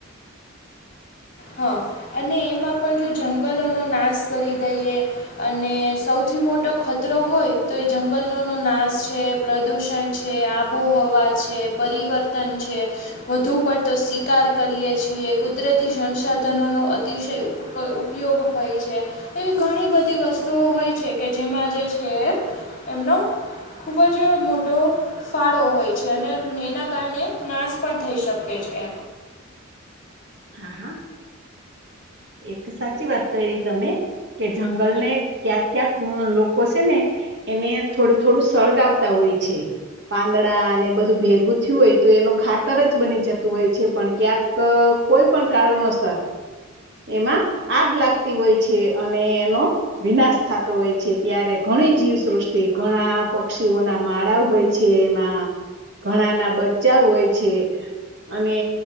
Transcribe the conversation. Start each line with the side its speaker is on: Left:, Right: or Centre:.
Left: હા અને એમાં પણ જો જંગલોનો નાશ કરી દઈએ અને સૌથી મોટો ખતરો હોય તો એ જંગલોનોનો નાશ છે પ્રદૂષણ છે આબોહવા છે પરિવર્તન છે વધુ પડતો શિકાર કરીએે છીએ કુદરતી સં સાધનોનો અતિશય ઉપ ઉપયોગ હોય છે. એવી ઘણી બધી વસ્તુઓ હોય છે કે જેમાં જે છે એ એમનો ખૂબ જ મોટો ફાળો હોય છે અને એના કારણે નાશ પણ થઈ શકે છે
Right: હા હા એક સાચી વાત કરી તમે કે જંગલ ને ક્યાંક ક્યાંક લોકો છે ને એને થોડું થોડું સળગાવતા હોય છે. પાંદડા અને બધું ભેગું થયું હોય તો એનું ખાતર જ બની જતું હોય છે પણ ક્યાંક કોઈ પણ કારણોસર એમાં આગ લાગતી હોય છે અને એનો વિનાશ થાતો હોય છે ત્યારે ઘણી જીવસૃષ્ટિ ઘણા પક્ષીઓના માળા હોય છે એમાં ઘણા ના બચ્ચા હોય છે. અને